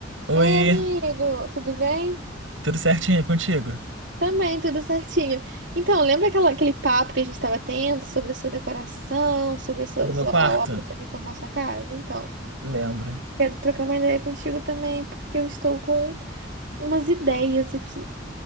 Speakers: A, on the right (about 80°); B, on the right (about 65°).
A: Oi,
B: Ei, amigo, tudo bem?
A: tudo certinho contigo?
B: Também, tudo certinho. Então, lembra aquela, aquele papo que a gente estava tendo sobre a sua decoração, sobre a, sua,
A: É do meu quarto?
B: a obra para reformar sua casa? Então,
A: Lembro.
B: quero trocar uma ideia contigo também, porque eu estou com umas ideias aqui.